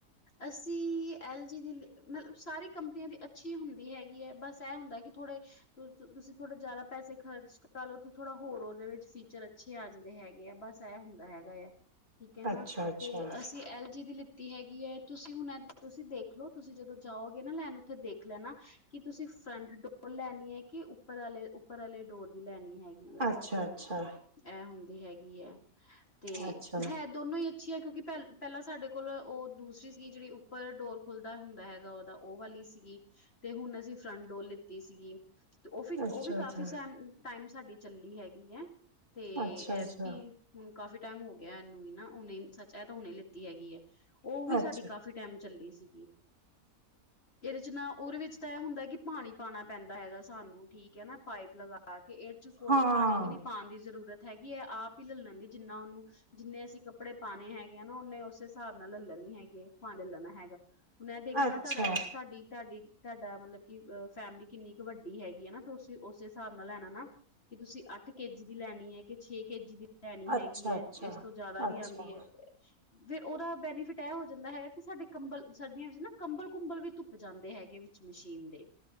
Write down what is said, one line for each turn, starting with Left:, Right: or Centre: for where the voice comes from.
Left: ਅਸੀ ਐਲ ਜੀ ਦੀ ਮਤਲਬ ਸਾਰੀ ਕੰਪਨੀਆਂ ਦੀ ਅੱਛੀ ਹੁੰਦੀ ਹੈਗੀ ਹੈ ਬਸ ਐ ਹੁੰਦਾ ਕਿ ਥੋੜੇ, ਤੁਸੀਂ ਥੋੜੇ ਜ਼ਿਆਦਾ ਪੈਸੇ ਖਰਚ ਕੱਲ ਉਥ ਥੋੜਾ ਹੋਰ ਉਹਦੇ ਵਿੱਚ ਫੀਚਰ ਅੱਛੇ ਆ ਜਾਂਦੇ ਹੈਗੇ ਆ ਬਸ ਇਹ ਹੁੰਦਾ ਹੈਗਾ ਆ ਠੀਕ ਹੈ ਨਾ,
Right: ਅੱਛਾ-ਅੱਛਾ,
Left: ਤੇ ਅਸੀਂ ਐਲ ਜੀ ਦੀ ਲ ਲਿੱਤੀ ਹੈਗੀ ਹੈ ਤੁਸੀਂ ਹੁਣ ਤੁਸੀਂ ਦੇਖ ਲਓ ਤੁਸੀਂ ਜਦੋਂ ਜਾਓਗੇ ਨਾ ਲੈਣ, ਉੱਥੇ ਦੇਖ ਲੈਣਾ ਕਿ ਤੁਸੀਂ ਫਰੰਟ ਡੋਰ ਲੈਣੀ ਹੈ, ਕਿ ਉੱਪਰ ਵਾਲੇ ਉੱਪਰ ਵਾਲੇ ਡੋਰ ਦੀ ਲੈਣੀ ਹੈਗੀ ਆ
Right: ਅੱਛਾ, ਅੱਛਾ
Left: ਇਹ ਹੁੰਦੀ ਹੈਗੀ ਹੈ, ਤੇ
Right: ਅੱਛਾ। ਅੱਛਾ,
Left: ਹੈ ਦੋਨੋਂ ਹੀ ਅੱਛੀਆਂ ਕਿਉਂਕਿ ਪਹਿਲ ਪਹਿਲਾਂ ਸਾਡੇ ਕੋਲ ਉਹ ਦੂਸਰੀ ਸੀਗੀ ਜਿਹੜੀ ਉੱਪਰ ਡੋਰ ਖੁੱਲਦਾ ਹੁੰਦਾ ਹੈਗਾ ਉਹ ਉਹ ਵਾਲੀ ਸੀਗੀ ਤੇ ਹੁਣ ਅਸੀਂ ਫਰੰਟ ਡੋਰ ਲਿੱਤੀ ਸੀਗੀ, ਤੇ ਉਹ
Right: ਅੱਛਾ-ਅੱਛਾ,
Left: ਵੀ, ਉਹ ਵੀ ਕਾਫੀ ਸਹਿਮ ਟਾਈਮ ਸਾਡੀ ਚੱਲੀ ਹੈਗੀ ਹੈ ਤੇ,
Right: ਅੱਛਾ-ਅੱਛਾ,
Left: ਇਹ
Right: ਅੱਛਾ। ਅੱਛਾ ਅੱਛਾ ਅੱਛਾ
Left: ਵੀ ਹੁਣ ਕਾਫ਼ੀ ਟਾਈਮ ਹੋ ਗਿਆ, ਇਹਨੂੰ ਵੀ ਨਾ, ਉਹਨੇ ਸੱਚ ਇਹ ਤਾਂ ਹੁਣੇ ਲਿੱਤੀ ਹੈਗੀ ਹੈ, ਉਹ ਵੀ ਸਾਡੀ
Right: ਅੱਛਾ
Left: ਕਾਫ਼ੀ ਟਾਈਮ, ਚੱਲੀ ਸੀਗੀ ਇਹਦੇ ਚ ਨਾ, ਉਹਦੇ ਵਿੱਚ ਤਾਂ ਇਹ ਹੁੰਦਾ, ਕਿ ਪਾਣੀ ਪਾਉਣਾ ਪੈਂਦਾ ਹੈਗਾ ਸਾਨੂੰ, ਠੀਕ ਹੈ, ਨਾ ਪਾਈਪ ਲਗਾ। ਕੇ ਇਹਦੇ ਵਿੱਚ ਕੋ
Right: ਹਾਂ,
Left: ਪਾਣੀ ਵੀ ਨੀ ਪਾਉਣ ਦੀ ਜ਼ਰੂਰਤ ਹੈਗੀ ਹੈ। ਆਪ ਹੀ ਲੱਲਣ ਦੀ ਜਿੰਨਾ, ਉਹਨੂੰ ਜਿੰਨੇ ਅਸੀਂ ਕੱਪੜੇ ਪਾਉਣੇ ਹੈਗੇ ਆ ਨਾ, ਉਹਨੇ ਉਸੇ ਹਿਸਾਬ ਨਾਲ ਲੈ ਲੈਣੀੀ ਹੈਗੇ, ਪਾਣੀ ਲੈਣਾ ਹੈਗਾ। ਮੈਂ, ਦੇਖ ਲਨਾ
Right: ਅੱਛਾ,
Left: ਤੁਹਾਡਾ ਤੁਹਾਡੀ ਤੁਹਾਡੀ। ਤੁਹਾਡਾ ਮਤਲਬ, ਕਿ ਫੈਮਿਲੀ ਕਿੰਨੀ ਕੁ ਵੱਡੀ ਹੈਗੀ ਹੈ ਨਾ। ਉਸੇ ਹਿਸਾਬ ਨਾਲ ਲੈਣਾ ਨਾ, ਕਿ ਤੁਸੀਂ, ਅੱਠ ਕੇ ਜੀ ਦੀ ਲੈਣੀ ਹੈ। ਕਿ ਛੇ ਕੇ ਜੀ ਦੀ। ਲੈਣੀ ਹੈਗੀ
Right: ਅੱਛਾ-ਅੱਛਾ,
Left: ਹੈ,
Right: ਅੱਛਾ।
Left: ਇਸ ਤੋਂ ਜ਼ਿਆਦਾ
Right: ਅੱਛਾ
Left: ਵੀ ਆਉਂਦੀ ਹੈ। ਫੇਿਰ ਉਹਦਾ, ਬੈਨੀਫਿਟ ਇਹ ਹੋ ਜਾਂਦਾ ਹੈਗਾ, ਕਿ ਸਾਡੇ ਕੰਬਲ ਸਰਦੀਆਂ ਵਿੱਚ ਨਾ ਕੰਬਲ ਕੁੰਬਲ ਵੀ ਧੁੱਪ ਜਾਂਦੇ ਹੈਗੇ ਮਸ਼ੀਨ ਦੇ